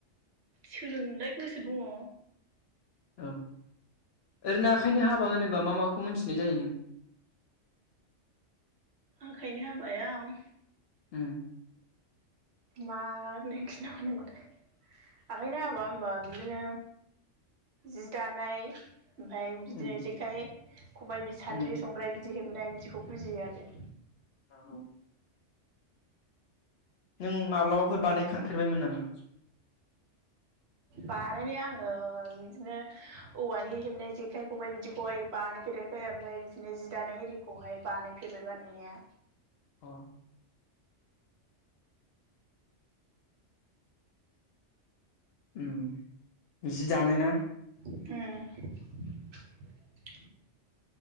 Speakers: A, on the right; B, on the left.
A: सोलोंनोलाय गोसो दङ
B: औ ओरैनो आखायनो हाबा होनोबा मा माखौ मोनथिनाय जायो नों <inaudible>
A: आखायनि हाबायाव
B: होम
A: मा होननानै खिन्था बावनांगौथाय आखायनि हाबा होनबा बिदिनो जि दानाय ओमफाय बिदिनो
B: उम
A: जेखाइ खबाइ बि सान्द्रि
B: उम
A: संग्राय बिदि हेब नाय बिदिखौ बुजियो आरो
B: औ नों माब्लाबाफोर बानायखांफेरबायमोन नामा?
A: बानायनाय आङो बिदिनो औवानि हेबनाय जेखाइ खबाइ बिदिखौहाय बानायफे राखै ओमफ्राय बिदिनो जि दानाय एरिखौहाय बानायफेरबाय बानायनाया
B: अ उम जि दानाय ना
A: उम